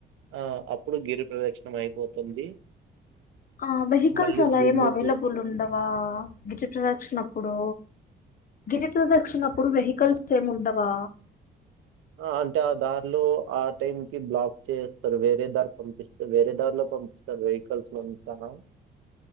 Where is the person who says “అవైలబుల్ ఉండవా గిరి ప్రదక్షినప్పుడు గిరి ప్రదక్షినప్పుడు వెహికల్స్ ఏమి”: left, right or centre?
Left